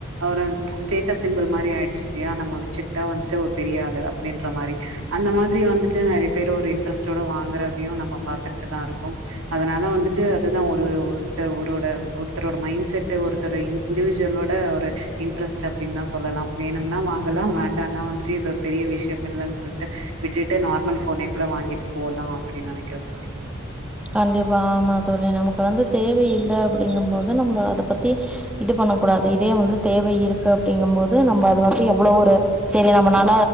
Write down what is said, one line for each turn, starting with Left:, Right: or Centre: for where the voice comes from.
Right: ஒரு ஸ்டேட்டஸ் சிம்பள் மாரி ஆய்டுச்சு இல்லயா நம்ம வச்சுக்கிட்டா வந்துட்டு ஒரு பெரிய ஆளு அப்டின்ற மாரி அந்த மாதிரி வந்துட்டு நேறைய பேர் ஒரு இன்ட்ரெஸ்ட்டோட வாங்குறதையு நம்ம பாத்துக்கிட்டு தா இருக்கோம் அதுனால வந்துட்டு அதுதா ஒரு ஒருத்த ஒரோட ஒருத்தரோட மைண்ட் செட் ஒருத்தரு இன் இண்டுவிஜுவலோட ஒரு இன்ட்ரஸ்ட் அப்டின் தா சொல்லலாம் வேணும்னா வாங்கலா வேண்டானா வந்துட்டு இது ஒரு பெரிய விஷ்யம் இல்லன் சொல்ட்டு விட்டுட்டு நார்மல் ஃபோனே கூட வாங்கிட்டு போலா அப்டின் நேனைக்கிறே தோழி
Centre: கண்டிப்பா ஆமா தோழி நமக்கு வந்து தேவையில்ல அப்படிங்கும் போது நம்ம அத பத்தி இது பண்ண கூடாது இதே வந்து தேவை இருக்கு அப்டிங்கு போது நம்ம அது வந்து எவ்ளோ ஒரு சேரி நம்மனால